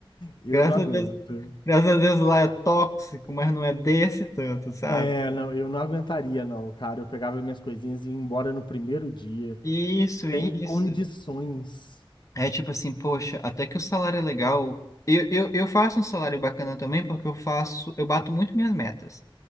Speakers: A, on the left (about 55°); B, on the left (about 35°).
A: eu
B: Graças
A: não aguento.
B: a Deus, graças a Deus lá é tóxico, mas não é desse tanto, sabe?
A: É, não, eu não aguentaria, não, cara. Eu pegava minhas coisinhas e ia embora no primeiro dia.
B: Isso,
A: Tem
B: isso.
A: condições.
B: É tipo assim, poxa, até que o salário é legal. Eu, eu, eu faço um salário bacana também, porque eu faço, eu bato muito minhas metas.